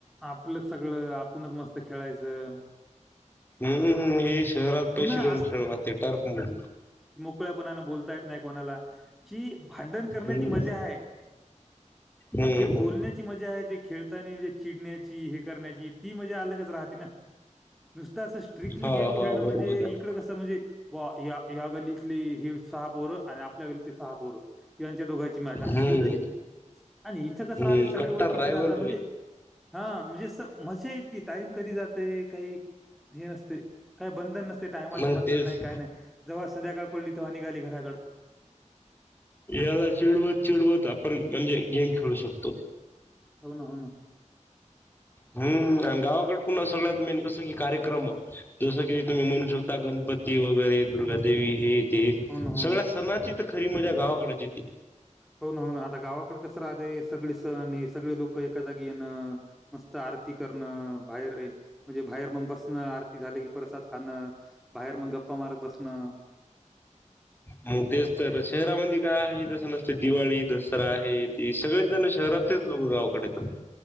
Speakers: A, in the centre; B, on the left.
A: आपलं सगळं आपणच मस्त खेळायचं
B: हम्मम हे शहरात पैसे
A: पुन्हा
B: देऊन श राहते टर्प मध
A: मोकळ्यापणान बोलता येत नाही कोणाला जी भांडण करण्याची
B: हम्म
A: मजा हाय.
B: हम्म
A: जे बोलण्याची मजा हाय ती खेळताना म्हणजे, चिडण्याची हे करण्याची. ती मजा अलगच राहते ना. नुसतं असं, स्ट्रिक्टली
B: हा
A: गेम खेळणं
B: हा
A: म्हण
B: बरोबर
A: ते म्हणजे
B: आहे
A: इकडं कसं म्हणजे, बुवा या - या गलीतले हे सहा पोरं आणि आपल्या गलीचे सहा पोरं. यांच्या दोघाची मॅच अशी
B: हम्म
A: स्ट्रिकटली. आणि इथं कसं
B: हम्म
A: राहते सगळे
B: कट्टर
A: ओळखीचे
B: रायवल
A: राहतात. म्हणजे
B: रे
A: हा म्हणजे असं मजा येती. टाईम कधी जातय. काही हे नसतय. काय बंधन नस टायमाचं
B: मग
A: बंधन
B: तेच
A: नाही, काय नाही. जेव्हा संध्याकाळ पडली तेव्हा निघाली घराकड.
B: याला चिडवत- चिडवत आपण म्हणजे, गेम खेळू शकतो.
A: हो, न. हो, न.
B: हम्म आणि गावाकडे पुन्हा सगळ्यात मेन कसं की, कार्यक्रमं जसं की तुम्ही म्हणू शकता. गणपती वगैरे दुर्गादेवी हे. ती.
A: हो ना हो
B: सगळ्या
A: ना
B: सणाची तर खरी मजा गावाकडची येती.
A: हो न, हो, ना. आता गावाकडे कसं राहते सगळे सण. सगळे लोक एका जागी येणं. मस्त आरती करणं. बाहेर म्हणजे बाहेर मग बसणं. आरती झाली की प्रसाद खाणं. बाहेर मग गप्पा मारत बसणं.
B: मग तेच तर. शहरामध्ये काय आहे जसं नसत. दिवाळी, दसरा हे ती. सगळेच जण शहरातलेच लोक गावाकडे येतात.